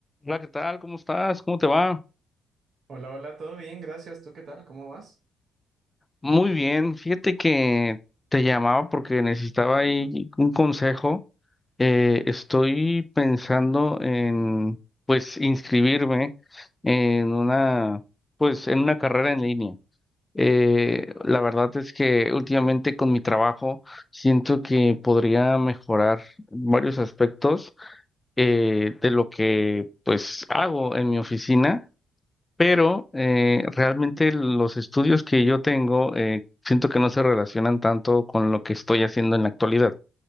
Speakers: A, on the left; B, on the right.
A: Hola, ¿qué tal? ¿Cómo estás? ¿Cómo te va?
B: Hola, hola, todo bien, gracias. ¿Tú qué tal? ¿Cómo vas?
A: Muy bien. Fíjate que te llamaba porque necesitaba ahí un consejo. Eh, estoy pensando en, pues, inscribirme en una, pues, en una carrera en línea. Eh, la verdad es que últimamente con mi trabajo siento que podría mejorar varios aspectos eh, de lo que, pues, hago en mi oficina pero eh, realmente los estudios que yo tengo eh, siento que no se relacionan tanto con lo que estoy haciendo en la actualidad.